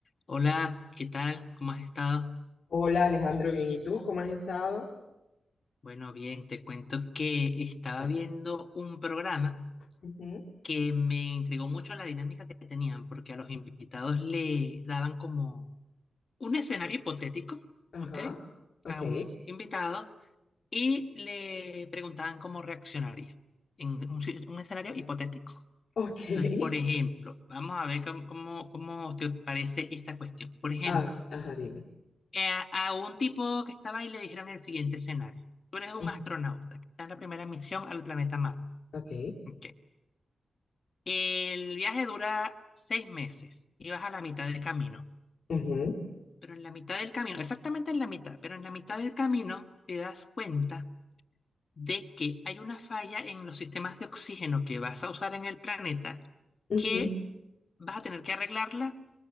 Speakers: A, on the left; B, on the left.
A: Hola, ¿qué tal? ¿Cómo has estado?
B: Hola Alejandro, bien. ¿Y tú? ¿Cómo has estado?
A: Bueno, bien, te cuento que estaba
B: Cuenta.
A: viendo un programa
B: Ujú,
A: que me intrigó mucho la dinámica que tenían, porque a los invitados le daban como un escenario hipotético,
B: Ajá.
A: ¿ok?
B: Ok.
A: A un invitado y le preguntaban cómo reaccionaría en un, <laughs> si- un escenario hipotético.
B: Ok. <laughs>
A: Entonces, por ejemplo, vamos a ver cómo, cómo cómo te parece esta cuestión. Por ejemplo,
B: Ah, ajá, dime.
A: eh, a un tipo que estaba ahí le dijeron el siguiente escenario. Tú eres un
B: Ujú,
A: astronauta que está en la primera misión al planeta Marte.
B: Ok.
A: Ok. El viaje dura seis meses y vas a la mitad del camino.
B: Ujú,
A: Pero en la mitad del camino, exactamente en la mitad, pero en la mitad del camino te das cuenta de que hay una falla en los sistemas de oxígeno que vas a usar en el planeta
B: ujú,
A: que vas a tener que arreglarla,